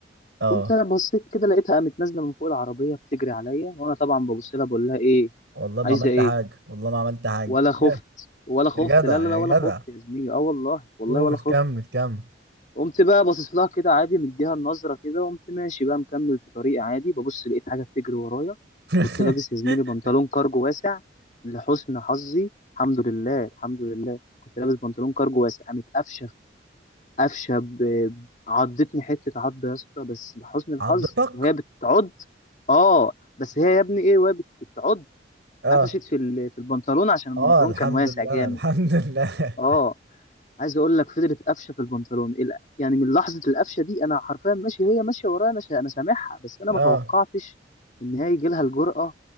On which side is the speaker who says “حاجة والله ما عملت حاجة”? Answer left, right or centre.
Right